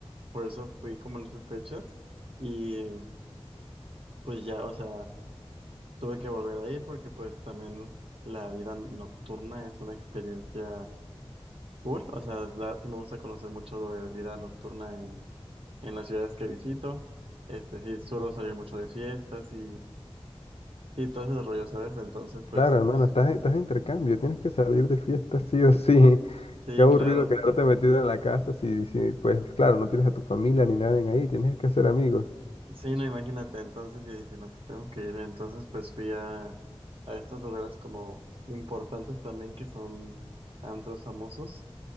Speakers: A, on the right; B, on the left.
A: por eso fui como en esas fechas. Y pues ya, o sea. Tuve que volver a ir porque pues también la vida nocturna es una experiencia cool. O sea, la- sí me gusta conocer mucho de vida nocturna en, en las ciudades que visito. Este, sí, suelo salir mucho de fiestas y, y todo ese rollo, ¿sabes? Entonces, pues,
B: Claro, hermano,
A: ah,
B: estás, estás de intercambio, tienes que salir de fiesta sí o sí. <laughs>
A: sí,
B: Qué aburrido
A: claro.
B: quedarte metido en la casa si, si, pues claro, no tienes a tu familia ni nadie en ahí, tienes que hacer amigos.
A: Sí, no, imagínate. Entonces yo dije, no, pues tengo que ir. Entonces, pues fui a, a estos lugares como importantes también que son antros famosos.